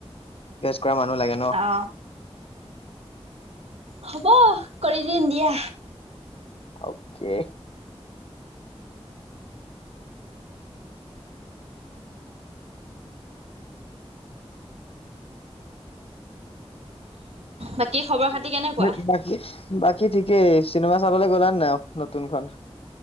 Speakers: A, on the left; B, on the right.
A: কৰা মানুহ লাগে ন
B: অ হ'ব কৰি দিম দিয়া
A: অকে
B: বাকী খবৰ খাতি কেনেকুৱা
A: সেই বাকী বাকী ঠিকেই চিনেমা চাবলে গ'লা ন নাই নতুনখন